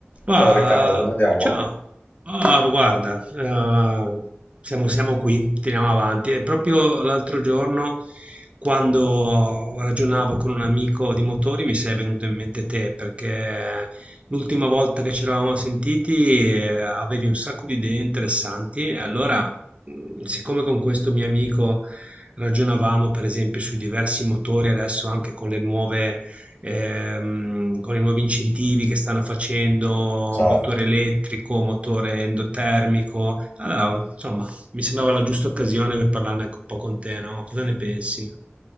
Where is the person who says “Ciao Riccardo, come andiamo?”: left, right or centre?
Left